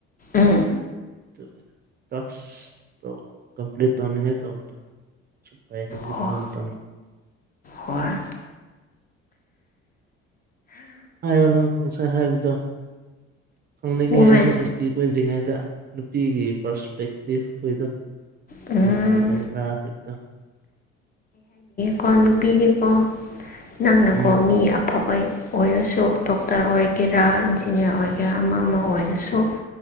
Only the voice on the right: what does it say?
ꯑꯗꯨ ꯇꯥꯛꯁꯇꯣ ꯀꯝꯄ꯭ꯂꯤꯠ ꯇꯧꯅꯤꯡꯉꯥꯏ ꯇꯧꯕꯗꯣ ꯁ ꯐꯩ ꯍꯧꯖꯤꯛꯒꯨꯝꯕ
ꯃꯇꯝ
ꯍꯥꯏꯌꯣ ꯅꯪ ꯉꯁꯥꯏ ꯍꯥꯏꯕꯗꯣ ꯈꯪꯅꯤꯡꯉꯦ
ꯑꯩꯁꯨ ꯅꯨꯄꯤ ꯀꯣꯏꯗ꯭ꯔꯤꯉꯩꯗ ꯅꯨꯄꯤꯒꯤ ꯄꯔꯁꯄꯦꯛꯇꯤꯞ ꯑꯩꯈꯣꯏꯗꯣ
ꯀꯔꯤ ꯀꯔꯤ ꯂꯩꯕ꯭ꯔꯥ ꯍꯥꯏꯕꯗꯣ
ꯎꯝ